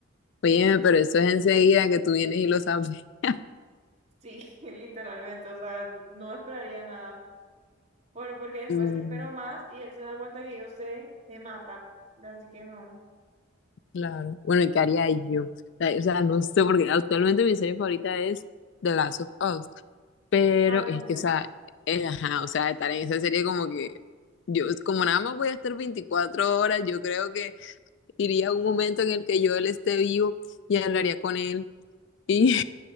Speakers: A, on the left; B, on the right.
A: Oye,
B: Es,
A: pero eso es enseguida que tú vienes y lo sabes. <laughs>
B: sí, <laughs> literalmente. O sea, no esperaría nada. Por, porque después
A: Mm,
B: que espero más y él se da cuenta que yo sé, me mata. Así que no.
A: claro. Bueno, ¿y qué haría yo? O sea, o sea, no sé, porque actualmente mi serie favorita es The Last of Us, pero
B: Imagínate.
A: es que, o sea, eh, ajá, o sea, estar en esa serie como que yo, como nada más voy a estar 24 horas, yo creo que iría a un momento en el que yo él esté vivo y hablaría con él. y